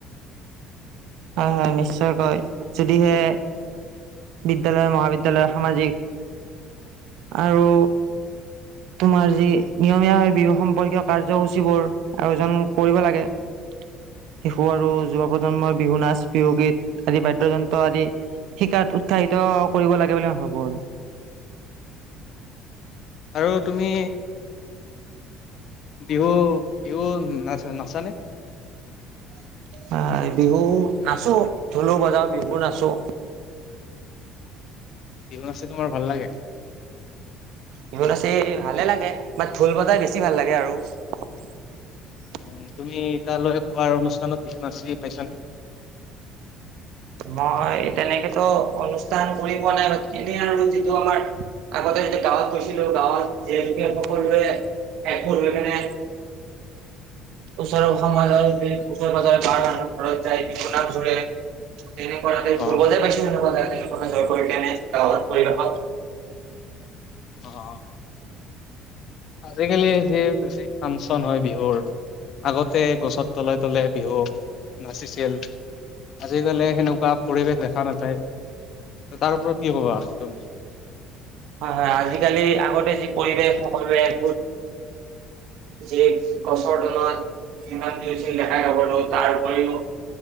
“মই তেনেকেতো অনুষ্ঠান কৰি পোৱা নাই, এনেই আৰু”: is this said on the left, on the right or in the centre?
Right